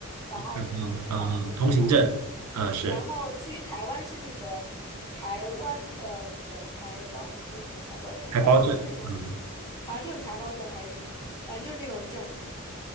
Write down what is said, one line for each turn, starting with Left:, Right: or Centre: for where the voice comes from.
Left: 港澳不是港澳，
Right: 有挺好的，嗯，
Left: 这个不是港澳通行证，
Right: 通行证，嗯，是
Left: 然后去台湾是那个台湾的那个台胞，不是台胞证，
Right: 海胞证，
Left: 反正就是那种，
Right: 嗯，
Left: 好像就是台胞证还是什么证，反正就是那种证。